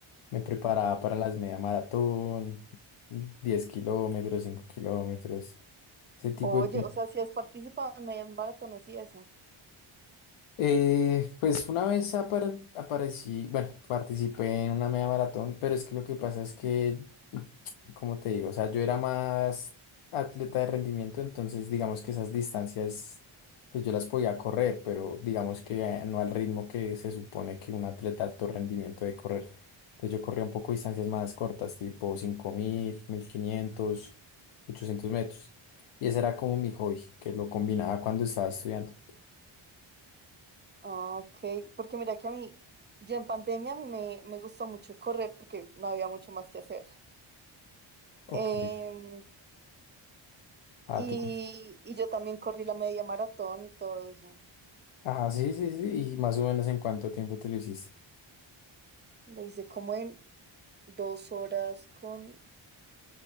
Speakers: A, on the left; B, on the right.
A: me preparaba para las media maratón, 10 kilómetros, 5 kilómetros, ese tipo
B: Oye,
A: de cosas.
B: o sea, si has participado en medias maratones y eso.
A: Eh, pues una vez apar- aparecí, bueno, participé en una media maratón, pero es que lo que pasa es que, mm, como te digo, o sea, yo era más atleta de rendimiento, entonces digamos que esas distancias, pues yo las podía correr, pero digamos que eh, no al ritmo que se supone que un atleta de alto rendimiento debe correr. Entonces yo corría un poco distancias más cortas, tipo cinco mil mil quinientos ochocientos metros. Y ese era como mi hobby, que lo combinaba cuando estaba estudiando.
B: Ok, porque mira que a mí, yo en pandemia a mí me, me gustó mucho correr porque no había mucho más que hacer.
A: Ok.
B: Em,
A: Ah,
B: y,
A: tú.
B: y yo también corrí la media maratón y todo eso.
A: Ah, sí, sí, sí. ¿Y más o menos en cuánto tiempo te lo hiciste?
B: Lo hice como en dos horas con,